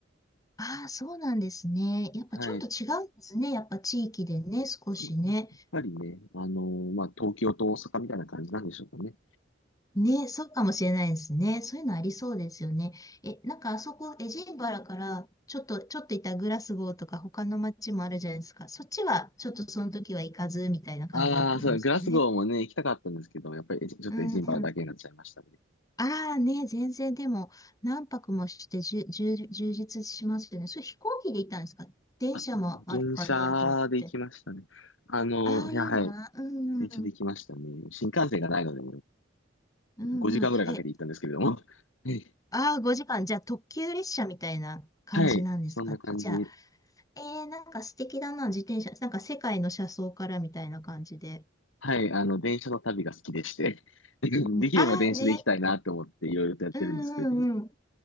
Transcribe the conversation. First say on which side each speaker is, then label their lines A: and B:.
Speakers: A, on the left; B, on the left.
A: ああ、そうなんですね。やっぱちょっと違うんですね。
B: はい。
A: やっぱ地域でね、少しね。
B: そうやっぱりね、あの、まあ、東京と大阪みたいな感じなんでしょうかね。
A: ね、そうかもしれないですね。そういうのありそうですよね。え、なんかあそこ、エジンバラから、ちょっと、ちょっといたグラスゴーとか他の街もあるじゃないですか。そっちは、ちょっとその時は行かず、みたいな感じだったんですかね。
B: ああー、そう、グラスゴーもね、行きたかったんですけど、やっぱりえちょっとエジンバラだけになっちゃいましたね。
A: うんうん。ああね、全然でも、何泊もしてじゅ、じゅ、充実しますよね。それ飛行機で行ったんですか電車もあるかなと思って。
B: あ、電車で行きましたね。あの、
A: ああ、
B: いや、
A: いいな。
B: はい。
A: うんうん。
B: 電車で行きましたね。新幹線がないので、
A: うんうん。
B: 5時間ぐらいかけて行ったんですけれども。
A: え、
B: <laughs> はい。
A: ああ、5時間。じゃあ、特急列車みたいな感じなんですかね。
B: はいそんな感じ。
A: じゃあえー、なんか素敵だな、自転車。なんか世界の車窓からみたいな感じで。
B: はい。あの、電車の旅が好きでして。<laughs>
A: うん、
B: できれば電車で行きたいなと思っていろいろとやってるんですけれども。
A: ああね。うんうんうん。